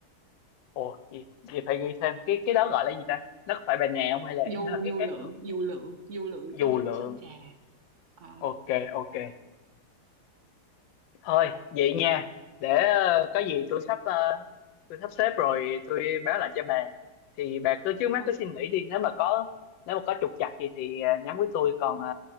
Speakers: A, on the left; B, on the right.
A: ồ, gì gì phải ghi thêm cái cái đó gọi là gì ta? Nó có phải Bà Nè không hay là
B: dù
A: nó là
B: dù
A: cái khác
B: lượn
A: nữa?
B: dù lượn dù lượn trên
A: Dù
B: đỉnh
A: lượn.
B: Sơn Trà Ờ
A: Ok ok. thôi vậy nha để ờ, có gì tôi sắp ờ, tôi sắp xếp rồi tôi báo lại cho bà thì bà cứ trước mắt
B: ok.
A: cứ suy nghĩ đi nếu mà có nếu mà có trục trặc gì thì ờ, nhắn với tôi còn ờ,